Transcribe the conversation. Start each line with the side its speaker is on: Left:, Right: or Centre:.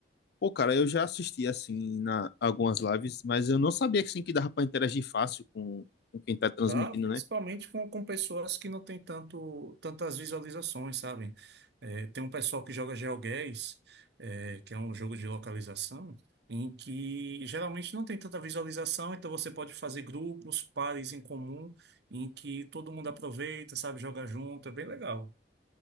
Left: Pô, cara, eu já assisti assim na algumas lives, mas eu não sabia que assim, que dava pra interagir fácil com, com quem tá transmitindo,
Right: Dá, principalmente
Left: né?
Right: com, com pessoas que não têm tanto, tantas visualizações, sabe? É, tem um pessoal que joga GeoGuessr, é, que é um jogo de localização, em que geralmente não tem tanta visualização, então você pode fazer grupos, pares em comum, em que todo mundo aproveita, sabe? Joga junto, é bem legal.